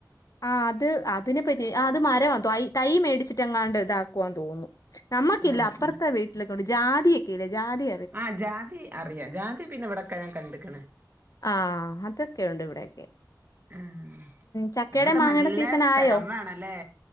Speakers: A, on the left; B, on the right.
A: ആഹ് അത് അതിനെ പറ്റി അത് മരവാ ത തൈ മേടിച്ചിട്ട് എങ്ങാണ്ട് ഇതാക്കുവാന്ന് തോന്നുന്നു നമ്മക്കില്ല
B: ആഹ്
A: അപ്പറത്തെ
B: ഉം
A: വീട്ടിലൊക്കെയുണ്ട് ജാതിയൊക്കെ ഇല്ലേ ജാതി
B: ആഹ് ജാതി അറിയാ ജാതി പിന്നെ ഇവടൊക്കെ ഞാൻ കണ്ടിക്ക്ണ്
A: ആഹ് അതൊക്കെ ഒണ്ട് ഇവിടൊക്കെ
B: ആഹ്
A: ചക്കേടേം
B: അതിനൊക്കെ
A: മാങ്ങേടേം
B: നല്ല
A: സീസണായോ
B: സ്ഥലം വേണല്ലേ